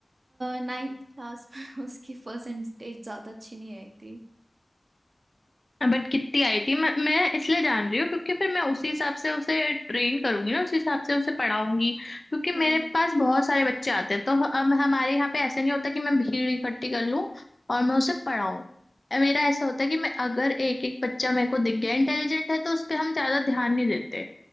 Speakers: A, on the right (about 70°); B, on the left (about 35°).
A: नाइन्थ क्लास में <laughs> उसकी परसेंटेज ज्यादा अच्छी नहीं आई थी
B: बट कितनी आई थी मैं मैं इसलिए जान रही हूँ क्योंकि फिर मैं उसी हिसाब से उसे ट्रेन करूंगी ना उसी हिसाब से उसे पढ़ाऊंगी क्योंकि मेरे
A: हम्म
B: पास बहुत सारे बच्चे आते हैं तो हम हमारे यहाँ पे ऐसे नहीं होता कि मैं भीड़ इकट्ठी कर लूँ और मैं उसे पढ़ाऊँ मेरा ऐसा होता है कि मैं अगर एक एक बच्चा मेरे को दिख गया इंटेलिजेंट है तो उस पर हम ज्यादा ध्यान नहीं देते